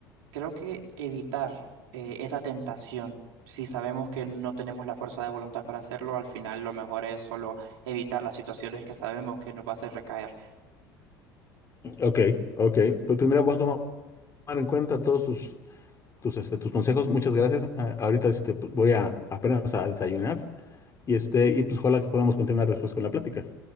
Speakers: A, on the right (about 65°); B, on the left (about 25°).
A: Creo que evitar eh, esa tentación, si sabemos que no tenemos la fuerza de voluntad para hacerlo, al final lo mejor es solo evitar las situaciones que sabemos que nos va a hacer recaer.
B: ok, ok. Pues primero voy a tomar en cuenta todos tus, tus, este, tus consejos. Muchas gracias. Ah, ahorita este, voy a apenas a desayunar y este, y pues ojalá que podamos continuar después con la plática.